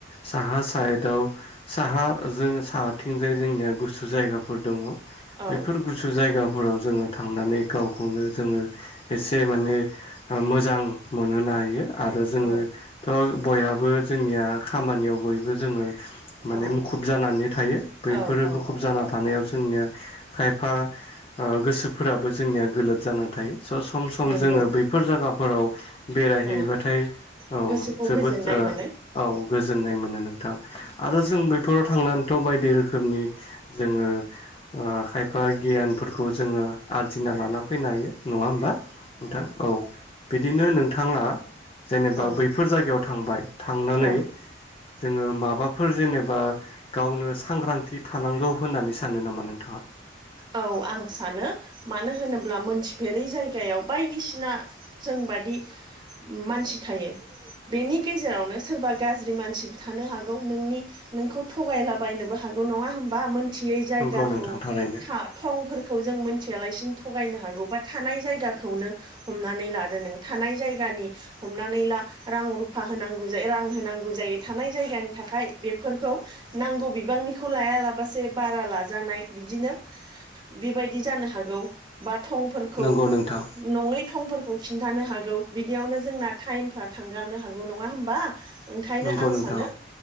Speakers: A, on the left; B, on the right.
A: साहा साइदआव साहा जों साहाथिंजाय जोंनिया गुसु जायगाफोर दङ
B: औ
A: बेफोर गुसु जायगा फोराव जोंङो थांनानै गावखौनो जोंङो एसे माने ओ मोजां मोनहोनो हायो। आरो जोंङो
B: औ
A: थ' बयहाबो जोंनिया खामानियाव बयबो जोंङो माने
B: औ
A: मुखुब जानानै थायो बैफोरो
B: औ औ
A: मुखुब जाना थानायाव जोंनिया खायफा ओ गोसोफोराबो जोंनिया गोलोद जानानै थायो। स' सम सम
B: नंगौ
A: जोंङो बैफोर जागाफोराव बेरायहैबाथाय
B: औ
A: औ।
B: गोसोखौ
A: जोबोद
B: गोजोननाय
A: ओ
B: मोनो
A: औ गोजोननाय मोनो नोंथां
B: औ
A: आरो जों बैफोराव थांनानै थौ बायदि रोखोमनि जोंङो ओ खायफा गियानफोरखौ जोङो आरजिनो लाना फैनो हायो। नङा होमबा नोंथां औ बिदिनो नोंथाङा जेनेबा
B: औ
A: बै जायगायाव थांबाय थांनानै
B: औ
A: जोंङो माबाफो फोर जेनेबा गावनो सांग्रांथि थानांगौ होननानै सानो नामा नों
B: औ आं सानो मानो होनोब्ला मोन मिथिफेरै जायगायाव बायदिसिना जों बादि मानसि थायो। बेनि गेजेरावनो सोरबा गाज्रि मानसिबो थानो हागौ नोंनि नोंखौ थगायलाबायनोबो हा गौ नङा होमबा मोनथियै जायगाखौ
A: नंगौ नोंथां थारैनो
B: था थंफोरखौ जों मिथियालासिनो थगायनो हागौ बा थानाय जायगा खौनो हमनानै लादो नों थानाय जायगानि हमनानै ला रां रुफा होनांगौ जायो रां रां होनांगौ जायो थानाय जायगानि थाखाय बेफोरखौ नांगौ बिबांनिखौ लायालाबासे बारा लाजानाय बिदिनो बेबायदि जानो हागौ बा थंफोरखौ
A: नंगौ नोंथां
B: नङै थंफोरखौ खिन्थानो हागौ बिदियावनो जोंना टाइमफ्रा थांगारनो हागौ नङा होमबा। ओंखायनो
A: नंगौ
B: आं
A: नोंथां
B: सानो